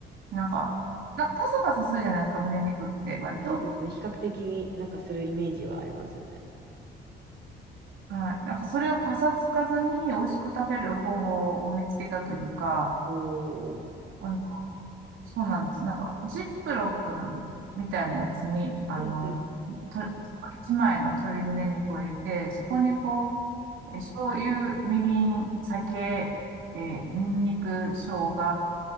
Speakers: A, on the right (about 80°); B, on the right (about 55°).
A: なんか、なんかパサパサするじゃないですか、胸肉って割と。
B: そうですね。比較的になんかするイメージはありますよね。
A: はい。なんかそれをパサつかずに美味しく食べる方法を見つけたというか、
B: おー。
A: あの、そうなんです。なんか、ジップロックみたいなやつに、あの、
B: うんうん
A: と、一枚の鶏胸肉を入れて、そこにこ
B: うん
A: う、え醤油、みりん、酒、えー、ニンニク、生姜、